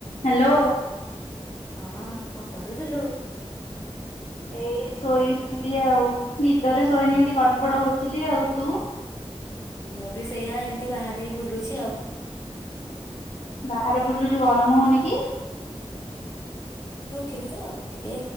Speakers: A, on the left; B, on the left.
A: Hello
B: ହଁଅ କଣ କରୁଥିଲୁ?
A: ଏଇ ଶୋଇଥିଲି ଆଉ ନିଦରେ ଶୋଇନି ହେନ୍ତି ଗଡ଼ପଡ଼ ହଉଥିଲି ଆଉ ତୁ?
B: ମୁଁ ବି ସେଇଆଏମିତି ବାହାରେ ବୁଲୁଛି ଆଉ।
A: ବାହାରେ ବୁଲୁଚୁ ଗରମ ହଉନି କି?
B: ଥିଲି ତ ଟିକେ